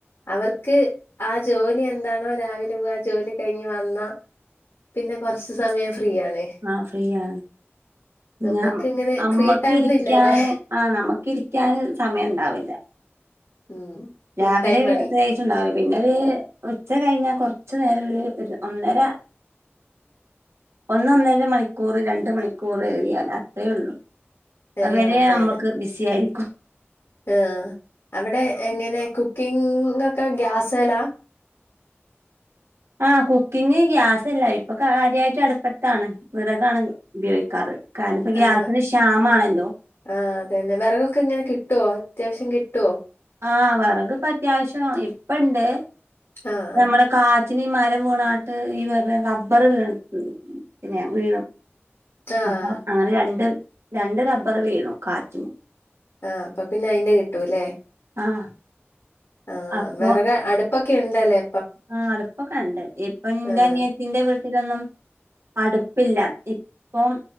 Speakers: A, on the left; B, on the right.
A: അവർക്ക് ക്ക് ആ ജോലി എന്താണോ രാവിലെ പോവ ആ ജോലി കയ്ഞ്ഞ് വന്നാ പിന്നെ കൊറ്ച്ച് സമയം ഫ്രീ ആണ്
B: ആഹ്‌ ഫ്രീയാണ്
A: നമ്മക്ക്
B: ഞ
A: ഇങ്ങനെ
B: അമ്മക്ക്
A: ഫ്രീ ടൈംന്ന്
B: ഇരിക്കാന്
A: ഇല്ലല്ലേ
B: ആഹ്‌ നമക്കിരിക്കാന് സമയണ്ടാവില്ല
A: ഉം ഫുൾ
B: രവിലെ
A: ടൈം പണി
B: ബേ ണ്ടാവൂല പിന്നൊരു ഉച്ച കയ്ഞാ കൊർച്ചു നേരൊരു ഒന്നര ഒന്നൊന്നര മണിക്കൂറ് രണ്ട് മണിക്കൂറേറിയാ അത്രയേള്ളൂ
A: ആഹ്
B: അത്വരെ
A: അതെ
B: അമ്മക്ക്
A: അതെ
B: ബിസിയായിരിക്കും
A: ആഹ് അവിടെ എങ്ങനെ കുക്കിംങ്ങൊക്കെ ഗ്യാസേലാ
B: ആഹ് കുക്കിങ് ഗ്യാസില്ല ഇപ്പൊ കാര്യായിട്ട് അടുപ്പത്താണ് വിറകാണ് ഉപയോഗിക്കാറ് കാരണപ്പൊ ഗ്യാസിന്
A: ആഹ്
B: ക്ഷാമാണല്ലോ
A: ആഹ് അതന്നെ വെറകൊക്കെങ്ങനെ കിട്ടുവോ അത്യാവ്ശ്യം കിട്ടുവോ
B: ആഹ് വെറക്പ്പത്യാവശ്യം ഇപ്പണ്ട്
A: ആഹ് ആഹ്
B: നമ്മടെ കാറ്റിനീ മരം വീണാണ്ട് ഈ റബ്ബറ് വീണക്കും പിന്നെ വീണു
A: ആഹ്
B: അപ്പൊ അങ്ങനെ രണ്ട് രണ്ട് റബ്ബറ് വീണു കാറ്റിന്
A: ആഹ് അപ്പൊ പിന്നയ്ന്റെ കിട്ടൂല്ലേ
B: ആഹ്
A: ആഹ്
B: അപ്പൊ
A: വിറക് അടു പ്പൊക്കെയിണ്ടല്ലേ
B: ആഹ് അടുപ്പൊക്കെണ്ട് ഇപ്പൊ ന്റനി
A: ആഹ്
B: ത്തിന്റെ വീട്ടിലൊന്നും അടുപ്പില്ല ഇപ്പം